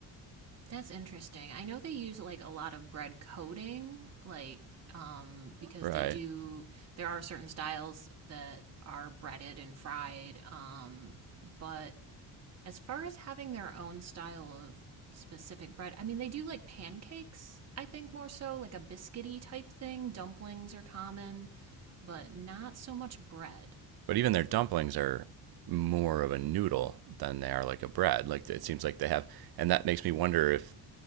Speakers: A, on the right (about 35°); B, on the right (about 60°).
A: That's interesting. I know they use like a lot of bread coating, like um, because
B: right?
A: they do. There are certain styles that are breaded and fried, um, but as far as having their own style of specific bread, I mean, they do like pancakes. I think more so like a biscuity type thing. Dumplings are common, but not so much bread.
B: But even their dumplings are more of a noodle than they are like a bread. Like it seems like they have, and that makes me wonder if